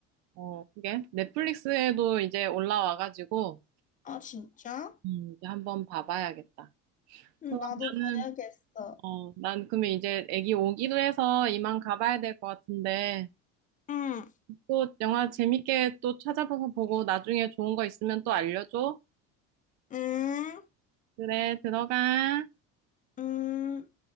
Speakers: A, on the right; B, on the left.
A: 어, 그게 넷플릭스에도 이제 올라와가지고
B: 아, 진짜?
A: 음, 이제 한번 봐봐야겠다.
B: 응,
A: 그럼
B: 나도
A: 나는
B: 봐야겠어.
A: 어, 난 그러면 이제 애기 오기도 해서 이만 가봐야 될 것 같은데
B: 응.
A: 또 영화 재밌게 또 찾아봐서 보고 나중에 좋은 거 있으면 또 알려줘.
B: 응.
A: 그래, 들어가.
B: 응.